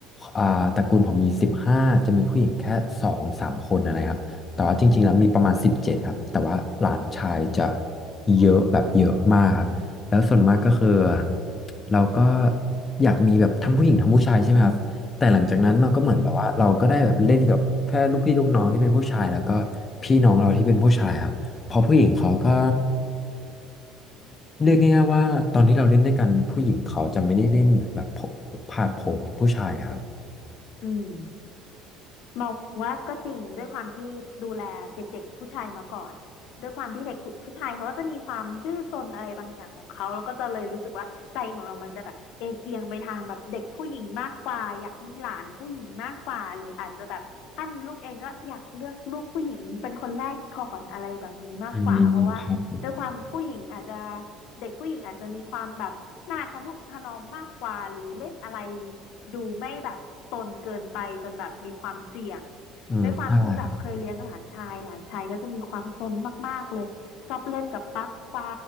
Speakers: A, on the left; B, on the left.
A: อ่าตระกูลผมมีสิบห้าจะมีผู้หญิงแค่สองสามคนอะไรครับแต่ว่าจริงๆแล้วมีประมาณสิบเจ็ดครับแต่ว่าหลานชายจะเยอะแบบเยอะมากครับแล้วส่วนมากก็คือเราก็อยากมีแบบทั้งผู้หญิงทั้งผู้ชายใช่ไหมครับ แต่หลังจากนั้นเราก็เหมือนแบบว่าเราก็ได้แบบเล่นกับแค่ลูกพี่ลูกน้องที่เป็นผู้ชายแล้วก็
B: อืม
A: พี่น้องเราที่เป็นผู้ชายครับเพอผู้หญิงเขาก็เรียกง่ายๆว่าตอนที่เราเล่นด้วยกันผู้หญิงเขาจะไม่ได้เล่นเหมือนแบบผาดโผนเหมือนผู้ชายครับ
B: อืม มองว่าก็จริงด้วยความที่ดูแลเด็กๆผู้ชายมาก่อนด้วยความที่เด็กผู้ผู้ชายเขาก็จะมีความดื้อซนอะไรบางอย่างของเขาแล้วก็จะเลยรู้สึกว่าใจของเรามันจะแบบเอ็นเอียงไปทางแบบเด็กผู้หญิงมากกว่าอยากมีหลานผู้หญิงมากกว่าหรืออาจจะแบบถ้ามีลูกเองก็อยากเลือกลูกผู้หญิงเป็นคนแรกก่อนอะไรแบบนี้มากกว่าเพราะว่าด้วยความผู้หญิงอาจจะ
A: อืมครับผม
B: เด็กผู้หญิงอาจจะมีความแบบหน้าทะนุถนอมมากกว่าหรือเล่นอะไร ดูไม่แบบซนเกินไปจนแบบมีความเสี่ยง
A: อืมใช่ครับ
B: ด้วยความที่แบบเคยเลี้ยงหลานชายหลานชายก็จะมีความซนมากๆเลยชอบเล่นกับปลั๊กไฟ